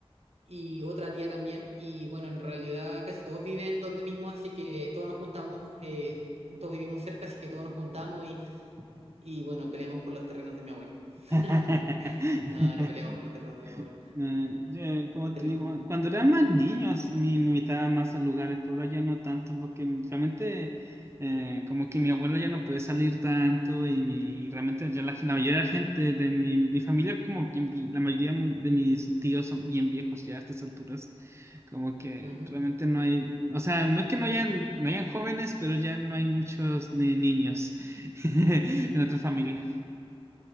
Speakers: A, on the right; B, on the right.
A: y otra tía también. Y bueno, en realidad casi todos viven donde mismo, así que todos nos juntamos, eh, todos vivimos cerca, así que todos nos juntamos y, y bueno, peleamos por los terrenos de mi abuelo.
B: <laughs>
A: <laughs> No, no peleamos por los terrenos de mi abuelo.
B: Eh, eh, como
A: Tenemos.
B: te digo, cuando era más niño as- me me invitaba más a lugares, pero ahora ya no tanto, porque realmente eh, como que mi abuela ya no puede salir tanto y, mi, y realmente ya la, la mayoría de la gente de mi, mi familia, como bien vi- la mayoría de mis tíos son bien viejos ya a estas alturas, como que
A: ujú,
B: realmente no hay, o sea, no es que no hayan, no hayan jóvenes, pero ya no hay muchos ni- niños <laughs> en otra familia.